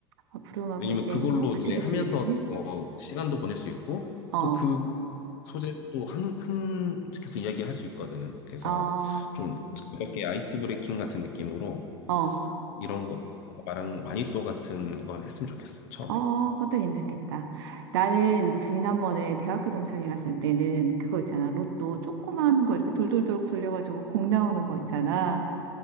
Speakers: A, on the right; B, on the left.
A: 아, 부루마블
B: 왜냐면
A: 게임이나?
B: 그걸로
A: 그치,
B: 이제
A: 그치,
B: 하면서,
A: 그치, 그치?
B: 어, 시간도 보낼 수 있고,
A: 어,
B: 또 그 소재도 한, 한, 계속 이야기를 할 수 있거든. 그래서
A: 어,
B: 좀 가볍게 아이스 브레이킹 같은 느낌으로
A: 어,
B: 이런 거, 나랑 마니또 같은 걸 했으면 좋겠어, 처음에.
A: 어, 그것도 괜찮겠다. 나는 지난번에 대학교 동창회 갔을 때는 그거 있잖아. 로또 조그만 거 이렇게 돌돌돌 굴려가지고 공 나오는 거 있잖아.